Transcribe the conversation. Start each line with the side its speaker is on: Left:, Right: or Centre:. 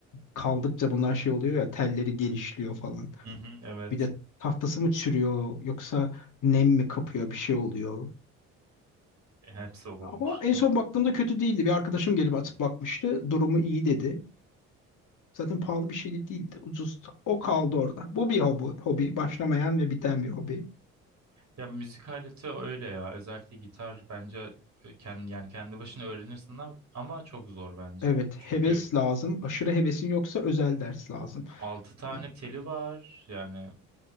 Left: kaldıkça bunlar şey oluyor ya telleri genişliyor falan.
Right: Hı hı, evet.
Left: Bir de tahtası mı çürüyor yoksa nem mi kapıyor bir şey oluyor.
Right: Hepsi olabilir.
Left: Ama en
Right: Hem-
Left: son baktığımda kötü değildi. Bir arkadaşım gelip atıp bakmıştı. Durumu iyi dedi. Zaten pahalı bir şey de değildi. Ucuzdu. O kaldı orada. Bu bir hobi, hobi. Başlamayan ve biten bir hobi.
Right: Ya müzik aleti öyle ya. Özellikle gitar bence kendi, yani kendi başına öğrenirsin ama ama çok zor bence.
Left: Evet,
Right: Çünkü
Left: heves lazım. Aşırı hevesin yoksa özel ders lazım.
Right: 6 tane
Left: Ee,
Right: teli var. Yani